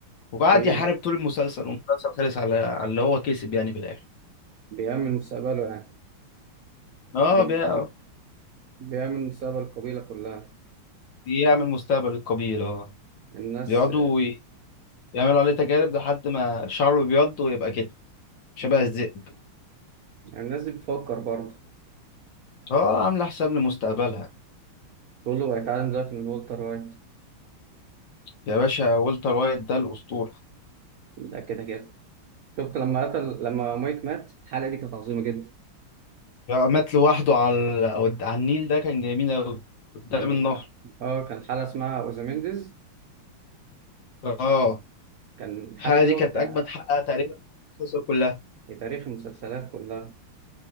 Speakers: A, on the left; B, on the right.
A: وقعد
B: بي...
A: يحارب طول المسلسل والمسلسل خلص على على اللي هو كسب يعني في الاخر
B: بيعمل مستقبله يعني
A: اه
B: بي...
A: بي-
B: بيعمل مستقبل القبيلة كلها
A: بيعمل مستقبل القبيل اه
B: الناس
A: بيقعدوا ي- يعملوا عليه تجارب لحد ما شعره بيبيض ويبقى كده شبه الذئب
B: يعني الناس دي بتفكر برضه
A: اه عامله حساب لمستقبلها
B: كله بيتعلم دلوقتي من والتر وايت
A: يا باشا والتر وايت ده الاسطوره
B: ده كده كده شفت لما قتل لما مايك مات الحلقة دي كانت عظيمة جدا
A: آه، مات لوحده على على النيل ده كان جميل أوي قدام
B: كان
A: النهر
B: اه كان حلقة اسمها اوزامينديز
A: اه
B: كان الحلقة
A: الحلقة
B: دي
A: دي
B: واخدة
A: كانت أجمد حلقة تقريبا في المسلسل كلها
B: في تاريخ المسلسلات كلها